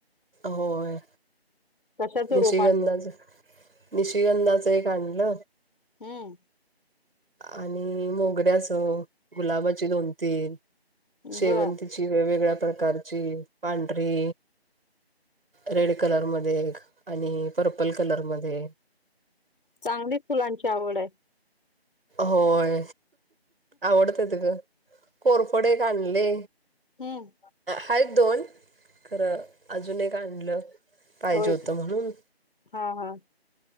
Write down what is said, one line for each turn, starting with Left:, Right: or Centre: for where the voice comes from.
Right: होय
Left: कशाचं
Right: निशगंदाज
Left: रोप आणलंय
Right: निशगंधाच एक आणलं
Left: हम्म
Right: आणि मोगऱ्या अस गुलाबाची दोन तीन शेवंतीची
Left: बर
Right: वेगवेगळ्या प्रकारची पांढरी रेड कलर मध्ये एक आणि पर्पल कलर मध्ये
Left: चांगलीच फुलांची आवड आहे
Right: होय आवडतं ग कोरफडे आणले
Left: हम्म
Right: हा दोन खरं अजून एक आणलं पाहिजे
Left: होय
Right: होत म्हणून
Left: हा हा